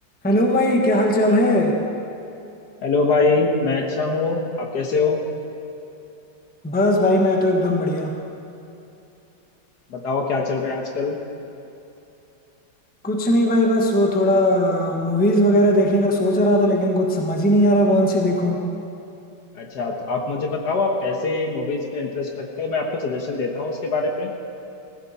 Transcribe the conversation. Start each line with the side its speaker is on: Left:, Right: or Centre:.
Centre: Hello भाई क्या हाल चाल है
Left: Hello भाई मैं अच्छा हूँ आप कैसे हो
Centre: बस भाई मैं तो एकदम बढ़िया
Left: बताओ क्या चल रहा है आजकल
Centre: कुछ नहीं भाई बस वो थोड़ा मूवीज वगैरह देखने का सोच रहा था लेकिन कुछ समझ ही नहीं आ रहा कौन सी देखूं
Left: अच्छा तो आप मुझे बताओ आप कैसे मूवीज पे इंटरेस्ट रखते हो मैं आपको सजेशन देता हूँ उसके बारे पे